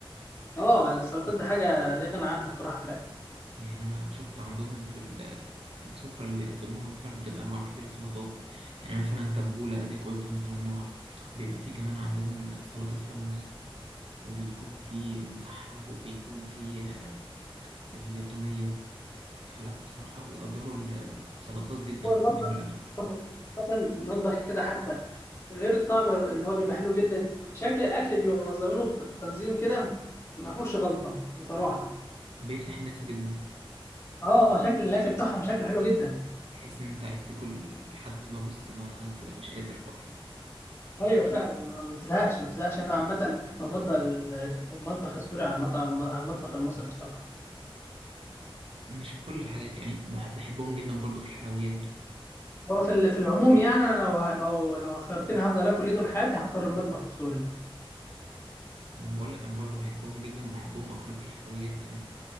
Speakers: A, on the left; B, on the right.
A: اه السلطات دي حاجة لا غنى عنها بصراحة في الأكل
B: يعني انا شفت عندهم في ال- في السفره اللي بيقدموها مثلا بتبقى انواع كتيره سلطات يعني مثلا تبوله اديك قلت مثلا نوع بيبقى فيه كمان عندهم سلطه حمص وبيكون فيه مسحب وبيكون فيه آه، التوميه فلا بصراحه بيقدروا ال- السلطات جدا
A: هو المطبخ
B: في الاكل
A: مثلا المطبخ كده حتى غير الطعم اللي هو بيبقى حلو جدا شكل الأكل بيبقوا منظمينه بتنظيم كده ما فيهوش غلطة بصراحة
B: بيفتح النفس جدا
A: اه شكل الأكل بتاعهم شكله حلو جدا
B: تحس ان انت عايز تاكل لحد ما بص ما تبقى مش قادر خالص
A: ايوه فعلا ما بتزهقش ما بتزهقش انا عامه بفضل المطبخ السوري على المط- على المطبخ المصري بصراحه
B: مش في كل الحاجات يعني بحب بحبهم جدا برضو في الحلويات
A: هو في ال- في العموم يعني انا لو ه- لو لو خيرتني هفضل اكل ايه طول حياتي هختار المطبخ السوري
B: ما بقول لك انا برضو بحبهم جدا وبحبهم اكتر في الحلويات كمان